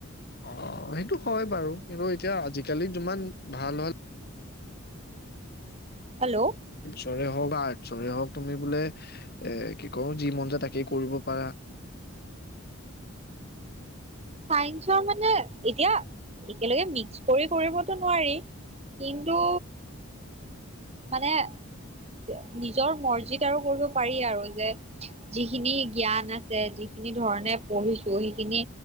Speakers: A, on the left (about 45°); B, on the right (about 30°).
A: অ, সেইটো হয় বাৰু। কিন্তু এতিয়া আজিকালি যিমান ভাল হ'ল।
B: হে'ল!
A: যৰে হওক বা আৰ্টছৰে হওক তুমি বোলে এ, কি কওঁ যি মন যায় তাকেই কৰিব পাৰা।
B: চাইন্সৰ মানে এতিয়া একেলগে মিক্স কৰি কৰিবতো নোৱাৰি। কিন্তু মানে নি নিজৰ মৰ্জিত আৰু কৰিব পাৰি আৰু। যেত যিখিনি জ্ঞান আছে যিখিনি ধৰণে পঢ়িছো। সেইখিনি